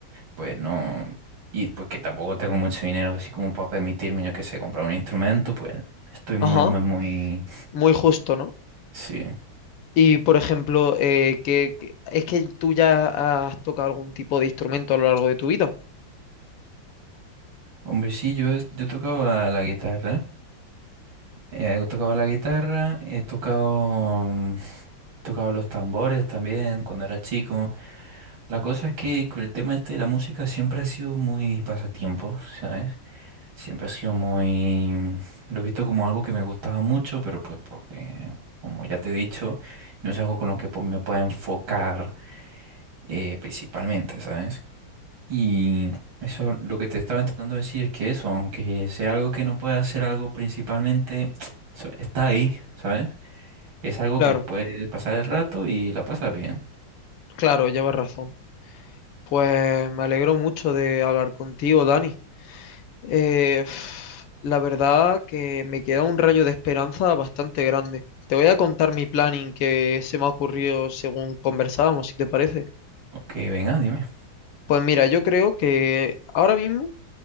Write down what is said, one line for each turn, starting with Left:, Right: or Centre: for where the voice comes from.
Right: pues no, y pues que tampoco tengo mucho dinero así como para permitirme, yo que sé, comprar un instrumento, pues estoy muy,
Left: Ajá,
Right: muy, muy,
Left: muy justo, ¿no?
Right: sí.
Left: Y por ejemplo, eh, que, que- es que tú ya has tocado algún tipo de instrumento a lo largo de tu vida.
Right: Hombre, sí, yo, es- yo tocaba la guitarra, eh, he tocado la guitarra, he tocado, mm, tocado los tambores también cuando era chico. La cosa es que con el tema este de la música siempre ha sido muy pasatiempo, ¿sabes? Siempre ha sido muy... Lo he visto como algo que me gustaba mucho, pero pues porque, como ya te he dicho, no es algo con lo que pues, me pueda enfocar eh, principalmente, ¿sabes? Y eso, lo que te estaba intentando decir es que eso, aunque sea algo que no pueda ser algo principalmente, <tsk> so- está ahí, ¿sabes? Es algo
Left: Claro,
Right: que puede pasar el rato y la pasas bien.
Left: claro, llevas razón. Pues me alegro mucho de hablar contigo, Dani. Eh, <sighs> la verdad que me queda un rayo de esperanza bastante grande. Te voy a contar mi planning que se me ha ocurrido según conversábamos, si te parece.
Right: Ok, venga, dime.
Left: Pues mira, yo creo que ahora mismo